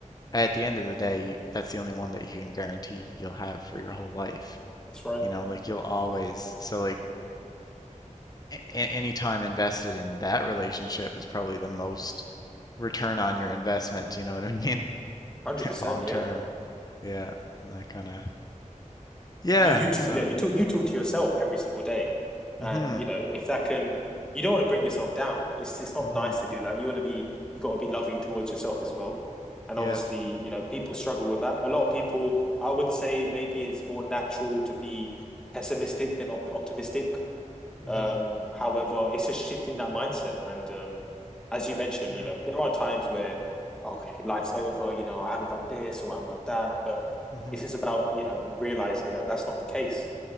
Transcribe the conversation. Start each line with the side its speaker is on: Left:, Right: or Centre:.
Left: at the end of the day, that's the only one that you can guarantee you'll have for your whole life.
Centre: that's right.
Left: You know, like you'll always, so like a- any time invested in that relationship is probably the most return on your investment, you know what I mean?
Centre: 100%,
Left: <laughs> Long
Centre: yeah.
Left: term. Yeah, that kind of. Yeah,
Centre: You you talk,
Left: so.
Centre: yeah, you talk you talk to yourself every single day,
Left: Mhm.
Centre: and you know if that can, you don't want to bring yourself down. It's it's not
Left: Mhm.
Centre: nice to do that. You want to be you got to be loving towards yourself as well, and
Left: Yeah.
Centre: obviously you know people struggle with that. A lot of people, I would say, maybe it's more natural to be pessimistic than op optimistic.
Left: Mhm.
Centre: Um, however, it's just shifting that mindset. And um, as you mentioned,
Left: Yeah.
Centre: you know, there are times where, oh, life's over, you know, I haven't done this or I haven't done that. But
Left: Mhm.
Centre: it's just about, you know, realizing that that's not the case.